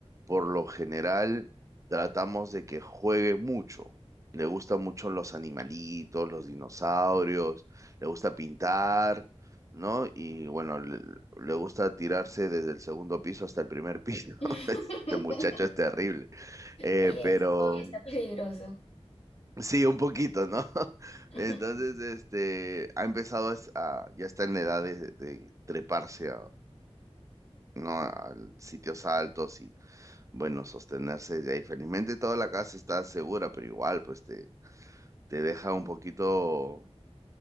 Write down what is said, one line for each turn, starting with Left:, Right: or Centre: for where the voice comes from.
Right: Por lo general, tratamos de que juegue mucho. Le gustan mucho los animalitos, los dinosaurios, le gusta pintar, ¿no? Y bueno, le, le gusta tirarse desde el segundo piso hasta el primer piso. <laughs>
Left: <laughs>
Right: Este muchacho es terrible. Eh,
Left: Oye,
Right: pero
Left: ese hobby está peligroso.
Right: sí, un poquito, ¿no? <laughs>
Left: <laughs>
Right: Entonces, este, ha empezado a, s- a- ya está en la edad de, de treparse a, no a sitios altos y bueno, sostenerse de ahí. Felizmente toda la casa está segura, pero igual pues te, te deja un poquito,